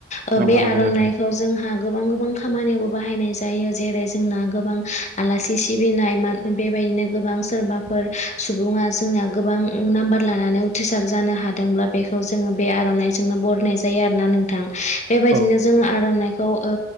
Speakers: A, on the left; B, on the right.
A: ओ
B: नंगौ
A: बे
B: नंगौ
A: आर'नाइ
B: नोंथां
A: जोंहा गोबां गोबां खामानियावबो बाहायनाय जायो जेरै जोंना गोबां आलासि सिबिनाय, मान बेबायदिनो गोबां सोरबाफोर सुबुङा जोंनिया गोबां नाम्बार लानानै उथ्रिसार जानो हादोंब्ला बेखौ जोङो बे आर'नाइजोंनो बरायनाय जायो आरोना नोंथां, बेबायदिनो
B: औ
A: जोङो आर'नाइखौ ओ